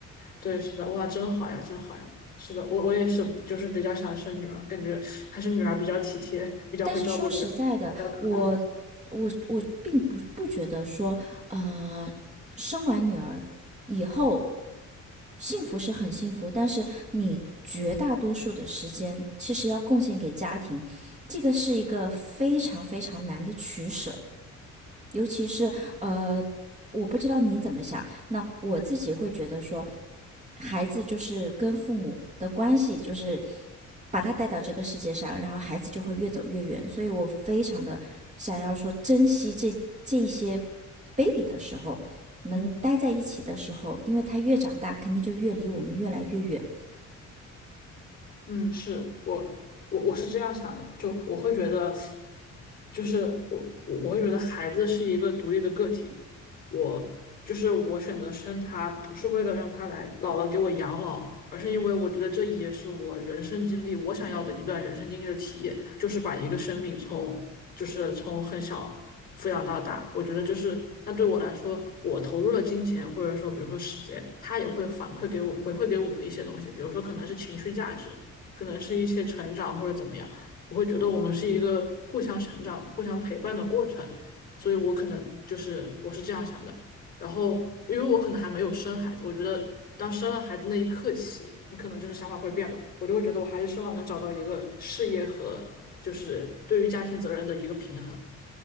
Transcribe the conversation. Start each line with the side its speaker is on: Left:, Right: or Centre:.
Left: 对，是的，哇，真好呀，真好呀，是的，我我也是，就是比较想生女儿，感觉还是女儿比较体贴，比较会照顾人，
Right: 但是说实在的，
Left: 比较可爱。
Right: 我我我并不不觉得说，呃，生完女儿以后幸福是很幸福，但是你绝大多数的时间其实要贡献给家庭，这个是一个非常非常难的取舍。尤其是呃，我不知道你怎么想，那我自己会觉得说，孩子就是跟父母的关系，就是把他带到这个世界上，然后孩子就会越走越远。所以我非常的想要说，珍惜这这些 baby 的时候，能待在一起的时候，
Left: 嗯。
Right: 因为他越长大，肯定就越离我们越来越远。
Left: 嗯，是我我我是这样想的，就我会觉得，就是我我我会觉得孩子是一个独立的个体，我就是我选择生他，不是为了让他来姥姥给我养老，而是因为我觉得这也是我人生经历，我想要的一段人生经历的体验，就是把一个生命从就是从很小抚养到大，我觉得这是那对我来说，我投入了金钱或者说比如说时间，他也会反馈给我回馈给我一些东西，比如说可能是情绪价值。可能是一些成长或者怎么样，我会觉得我们是一个互相成长、互相陪伴的过程，所以我可能就是我是这样想的。然后，因为我可能还没有生孩子，我觉得当生了孩子那一刻起，你可能就是想法会变吧。我就会觉得我还是希望能找到一个事业和就是对于家庭责任的一个平衡。